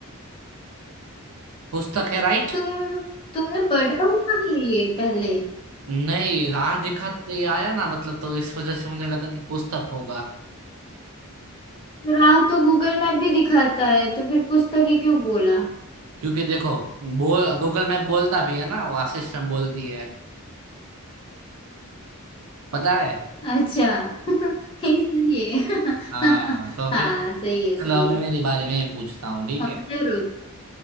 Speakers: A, on the right; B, on the left.
A: पुस्तक है राइट
B: तुम तुमने पढ़ा हुआ है ये पहले
A: नहीं राह दिखाते आया ना मतलब तो इस वजह से मुझे लगा कि पुस्तक होगा
B: तो राह तो गूगल मैप भी दिखाता है तो फिर पुस्तक ही क्यों बोला
A: क्योंकि देखो बोल गूगल मैप बोलता भी है ना वो असिस्टेंट बोलती है पता है
B: अच्छा <laughs> इसलिए <laughs>
A: हाँ तो
B: हाँ
A: फिर
B: सही है सही
A: चलो अभी
B: है
A: मेरी बारी में पूछता हूँ ठीक
B: हाँ
A: है
B: जरूर